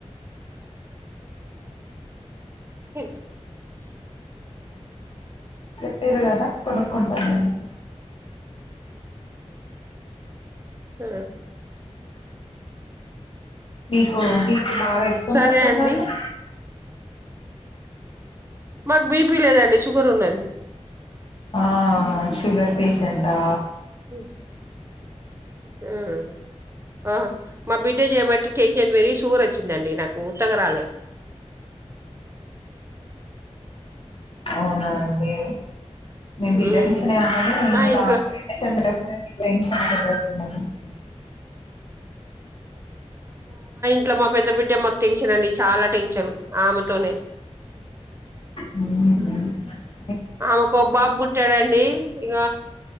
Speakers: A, on the right; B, on the left.
A: హు
B: చెప్పేరు కదా కొనుక్కుంటానండి
A: ఆ
B: మీకు మీకు బాగా ఎక్కువన్నటుదండి
A: సరే అండి మాకు బీపీ లేదండి షుగర్ ఉన్నది.
B: ఆ షుగర్ పేషెంటా
A: హ్మ్ హ్మ్ ఆ మా బిడ్టజేబట్టి టెన్షన్ పెరిగి షుగర్ వచ్చిందండి నాకు ఉత్తగా రాలే
B: అవునా అండి మేము బిడ్డ
A: హ్మ్
B: <unintelligible>
A: మా ఇంట్లో
B: టెన్షన్ <unintelligible>
A: ఇట్లా మా పెద్ద బిడ్డ మాకు టెన్షనండి చాలా టెన్షన్ ఆమెతోనే
B: హ్మ్ హు
A: ఆమె కో బాబు పుట్టాడండి ఇక